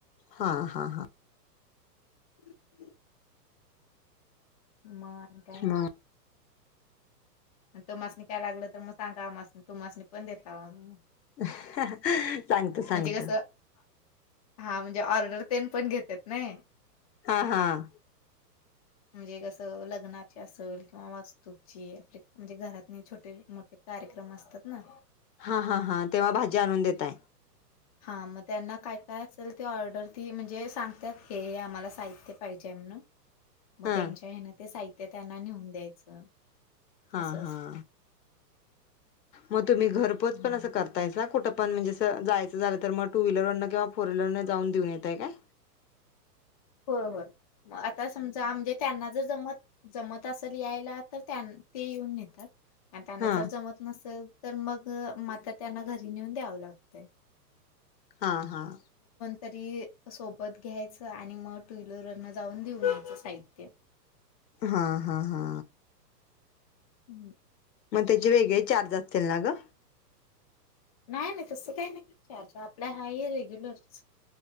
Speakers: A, on the left; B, on the left.
A: हा हा हा
B: <inaudible> म आणि काय..
A: मग
B: तुमासनी काय लागलं तर मग सांगा आमसनी तूमासणी पण देताव आम्ही...
A: ह हा सांगतो सांगतो...
B: म्हणजे कसं हा म्हणजे ऑर्डर तेन पण घेतेत नाही
A: हा हां..
B: म्हणजे कसं लग्नाची असेल किंवा वास्तूची आपली म्हणजे घरात छोटे मोठे कार्यक्रम असतात ना...
A: हा हा हा तेव्हा भाजी आणून देताय...
B: हा मग त्यांना काय काय असेल ती ऑर्डर ती म्हणजे सांगतात ते आम्हाला साहित्य पाहिजे आहे म्हणुन मग
A: हा
B: त्यांच्या हेन ते साहित..... ते त्यांना नेऊन द्यायचं.
A: हा
B: असं
A: हां
B: असतं.
A: मग तुम्ही घरपोच पण
B: हां.
A: असं करताय का? कुठ पण म्हणजे अस जायचं झालं तर मग टू व्हीलरन किंवा फोर व्हीलरन जाऊन देऊन येताय काय?
B: होय होय मग आता समजा म्हणजे त्यांना जर जमत जमत असेल.... यायला तर त्यां ते येऊन नेतात. आणि त्यांना
A: हा
B: जर जमत नसेल तर मग आता त्यांना घरी नेऊन द्यावं लागते...
A: हां हां
B: तरी सोबत घ्यायचं आणि मग टु व्हिलर न जाऊन देऊन यायचं साहित्य..
A: हा हा हा
B: हम
A: मग त्याचे वेगळे चार्ज असं त्यांला ग
B: नाही नाही तसं काही नाही आपलं आहे हे रेग्युलरच....